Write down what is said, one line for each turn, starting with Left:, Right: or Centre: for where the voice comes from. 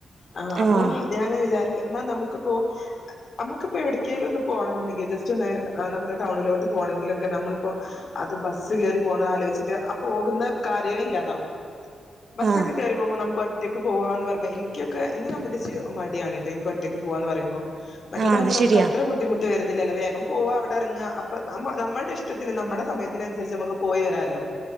Left: ആ അപ്പോ
Right: ആഹ്
Left: ഞാൻ വിചാരിക്ക എന്നാ നമുക്കിപ്പോ നമുക്കിപ്പോ എവിടക്കേ ഒന്നന്ന് പോണം എന്നുണ്ടെങ്കിൽ ജസ്റ്റ് ഒന്ന് നമ്മുടെ ടൗണിലോട്ട് പോകണെങ്കിലൊക്കെ നമ്മളിപ്പോ അത് ബസ് കയറി പോകുന്ന ആലോചിച്ചിട്ട് ആ പോകുന്ന കാര്യേ ഇല്ലാതാക്കും ബസ്സ്
Right: ആഹ്
Left: ഒക്കെ കയറിപോകുമ്പോൾ നമുക്ക് ഒറ്റ ഒറ്റയ്ക്ക് പോവായന്ന് പറയുമ്പോ എനിക്കൊക്കെ ഇന്നെ സംബന്ധിച്ച് മടിയാണ് കേട്ട് എനിക്ക് ഒറ്റയ്ക്ക് പോവാക എന്ന് പറയുമ്പോൾ മറ്റേതാവുമ്പോ
Right: ആഹ് അത്
Left: നമുക്ക്
Right: ശരിയാ
Left: അത്ര ബുദ്ധിമു ട്ട് വരുന്നില്ലല്ലോ വേഗം പോവുക അവിടെ ഇറങ്ങുക അപ്പൊമ്മ നമ്മളുടെ ഇഷ്ടത്തിന് നമ്മുടെ സമയത്തിനനുസരിച്ച് നമുക്ക് പോയി വരാമല്ലോ